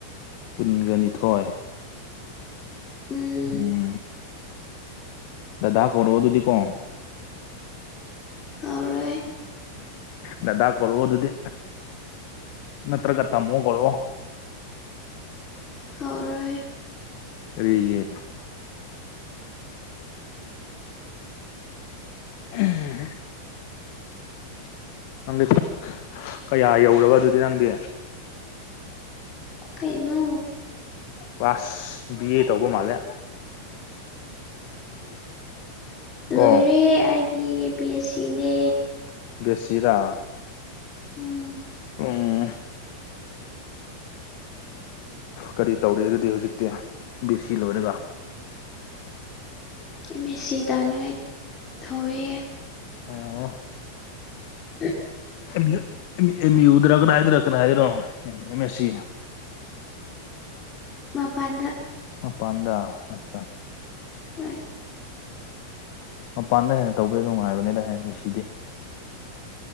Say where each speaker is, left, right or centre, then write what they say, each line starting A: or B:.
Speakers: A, on the left; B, on the left.
A: ꯀꯨꯟꯒ ꯅꯤꯊꯣꯏ
B: ꯎꯝ
A: ꯎꯝ ꯗꯗꯥ ꯀꯧꯔꯛꯑꯣ ꯑꯗꯨꯗꯤꯀꯣ
B: ꯀꯥꯎꯔꯣꯏ
A: ꯗꯗꯥ ꯀꯧꯔꯣ ꯑꯗꯨꯗꯤ ꯅꯠꯇ꯭ꯔꯒ ꯇꯥꯃꯣ ꯀꯧꯔꯣ
B: ꯈꯧꯔꯣꯏ
A: ꯇꯔꯔꯤꯒꯤꯦ ꯎꯝ ꯅꯪꯗꯤ ꯀꯌꯥ ꯌꯧꯔꯕ ꯑꯗꯨꯗꯤ ꯅꯪꯗꯤ
B: ꯀꯩꯅꯣ
A: ꯕꯥꯁ ꯕꯤ ꯑꯦ ꯇꯧꯕ ꯃꯥꯜꯂꯦ ꯀꯣ
B: ꯂꯣꯏꯔꯦ ꯑꯩꯗꯤ ꯕꯤ ꯑꯦ ꯁꯤꯅꯦ
A: ꯕꯦꯁꯤꯔꯥ
B: ꯎꯝ
A: ꯎꯝ ꯀꯔꯤ ꯇꯧꯔꯤ ꯑꯗꯨꯗꯤ ꯍꯧꯖꯤꯛꯇꯤ ꯕꯦꯁꯤ ꯂꯣꯏꯔꯒ
B: ꯑꯦꯝꯃꯦꯁꯤ ꯇꯧꯅꯉꯥꯏ ꯊꯧꯋꯦ
A: ꯑꯣ
B: <inaudible>
A: ꯑꯦꯝꯌꯨꯠ ꯑꯦꯝ ꯑꯦꯝ ꯌꯨ ꯗꯥꯔ ꯀꯗꯥꯏꯗꯔ ꯀꯗꯥꯏꯗꯔꯣ ꯑꯦꯝ ꯑꯦꯁ ꯁꯤ
B: ꯃꯄꯥꯟꯗ
A: ꯄꯥꯟꯗ ꯑꯆꯥ
B: ꯍ
A: ꯃꯄꯥꯟꯗ ꯍꯦꯟꯅ ꯇꯧꯕꯗ ꯅꯨꯡꯉꯥꯏꯕꯅꯤꯅ ꯍꯌꯦ ꯃꯤꯦꯁꯤꯗꯤ